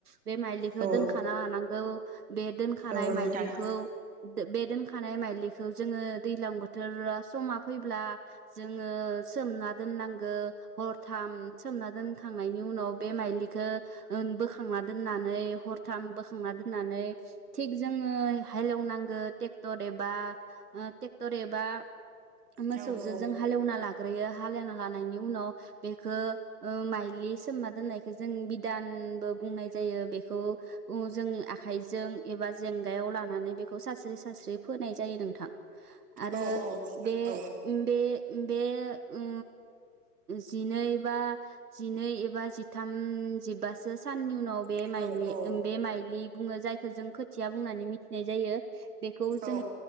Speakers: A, on the right; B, on the right.
A: बे माइलिखौ
B: औ
A: दोनखाना लानांगौ बे दो दोनखानाय
B: औ
A: माइलिखौ
B: नोंथां
A: बे दोनखानाय माइलिखौ जोङो दैज्लां बोथोर समा फैब्ला जोङो सोमना दोननांगो हरथाम सोमना दोनखांनायनि उनाव बे माइलिखौ बोखांना ओ दोननानै हरथाम बोखांना दोननानै थिग जोङो हालेवनांगौ ट्रेक्टर एबा ट्रेक्टर एबा मोसौजो
B: औ औ
A: जों हालेवना लाग ग्रोयो हालेवना लानायनि उनाव बेखौ माइलि सोमा दोननायखौ जों बिदानबो बुंनाय जायो बेखौ जों आखाइजों एबा जेंगायाव लानानै बेखौ सास्रि सस्रियै फोनाय जायो नोंथां। आरो
B: औ नोंथां
A: बे
B: औ
A: बे बे ओ जिनै बा जिनै एबा जिथाम जिबासो साननि उनाव बे
B: औ
A: माइलि
B: औ
A: बे माइलि बुंनाय जाय जों खोथिया बुंनानै मिथिनाय जायो। बेखौ
B: औ
A: जों